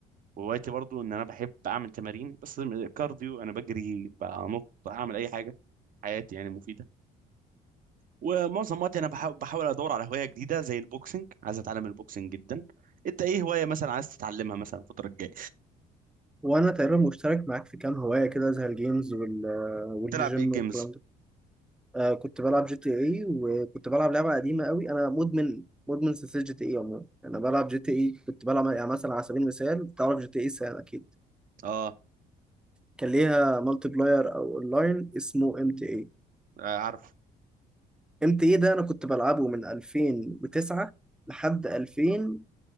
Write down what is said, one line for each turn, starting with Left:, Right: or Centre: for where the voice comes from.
Right: وهوايتي برضو ان انا بحب اعمل تمارين بس كارديو انا بجري بنط اعمل اي حاجه حياتي يعني مفيده ومعظم وقتي انا بحاول, بحاول ادور على هوايه جديده زي البوكسنج عايز اتعلم البوكسنج جدا انت ايه هوايه مثلا عايز تتعلمها مثلا الفتره الجايه
Centre: وانا تقريبا مشترك معاك في كام هوايه كده زي الجيمز وال والجيم
Right: تلعب ايه جيمز
Centre: والكلام ده آه كنت بلعب جي تي اي وكنت بلعب لعبه قديمه قوي انا مدمن مدمن سلسله جي تي اي عموما انا بلعب جي تي اي كنت بلعب يعني مثلا على سبيل المثال تعرف جي تي اي سان اكيد
Right: اه
Centre: كان ليها مالتي بلاير او اونلاين اسمه ام تي اي
Right: آه، عارف
Centre: ام تي اي ده انا كنت بلعبه من 2009 لحد 2000